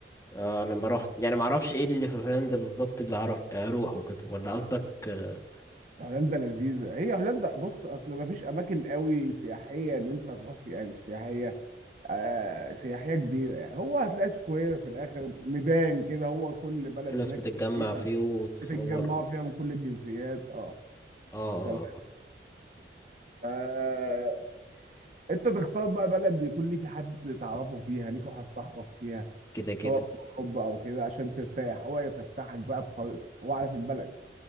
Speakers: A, on the left; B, on the right.
A: آه لما رحت يعني ما اعرفش ايه اللي في هولندا بالظبط اللي اعرف اروحه كده ولا قصدك آه،
B: هولندا لذيذه هي هولندا بص اصل ما فيش اماكن قوي سياحيه ان انت تروح فيها يعني مش سياحيه آه سياحيه كبيره يعني هو هتلاقي سكوير في الاخر ميدان كده هو كل بلد
A: الناس
B: هناك
A: بتتجمع
B: كبيره
A: فيه وتصور
B: بتتجمعوا فيها من كل الجنسيات اه
A: اه آه،
B: تمام
A: آه،
B: فانت تختار بقى بلد يكون ليك حد تعرفه فيها ليك واحد صاحبك فيها
A: كده كده
B: سواء في الحب او كده عشان ترتاح هو يفسحك بقى بطريقته هو عارف البلد